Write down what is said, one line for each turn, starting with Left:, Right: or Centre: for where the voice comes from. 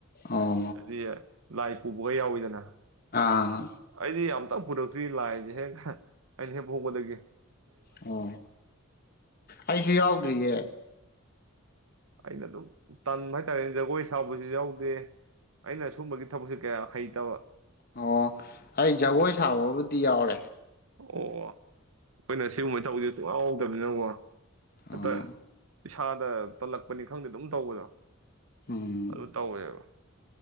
Left: ꯑꯣ
Right: ꯀ ꯂꯥꯏꯠ ꯄꯨꯕꯒ ꯌꯥꯎꯋꯤꯗꯅ
Left: ꯑꯥ
Right: ꯑꯩꯗꯤ ꯇꯞ ꯄꯨꯔꯛꯇ꯭ꯔꯤ ꯂꯥꯏꯁꯦ ꯍꯦꯛ ꯑꯩꯅ ꯍꯦꯛ ꯍꯣꯡꯒꯗꯒꯦ
Left: ꯑꯣ ꯑꯩꯁꯨ ꯌꯥꯎꯗ꯭ꯔꯤꯌꯦ
Right: ꯑꯩꯅ ꯑꯗꯨꯝ ꯇꯟꯕ ꯍꯥꯏꯇꯥꯔꯦꯅꯦ ꯖꯒꯣꯏ ꯁꯥꯕꯁꯨ ꯌꯥꯎꯗꯦ ꯑꯩꯅ ꯁꯨꯝꯕꯒꯤ ꯊꯕꯛꯁꯦ ꯀꯌꯥ ꯍꯩꯇꯕ
Left: ꯑꯣ ꯑꯩ ꯖꯒꯣꯏ ꯁꯥꯕꯕꯨ ꯇꯤ ꯌꯥꯎꯔꯦ
Right: ꯑꯣ ꯑꯣ ꯑꯩꯈꯣꯏꯅ ꯁꯤꯒꯨꯝꯕ ꯇꯧꯕꯗꯤ ꯁꯨꯡ ꯌꯥꯎꯗꯕꯅꯤ ꯅꯪꯉꯣ
Left: ꯑꯣ
Right: ꯍꯠꯇꯣꯏ ꯏꯁꯥꯗ ꯇꯜꯂꯛꯄꯅꯤ ꯈꯪꯗꯦ ꯑꯗꯨꯝ ꯇꯧꯕꯗꯣ
Left: ꯎꯝ
Right: ꯑꯗꯨ ꯇꯧꯋꯦꯕ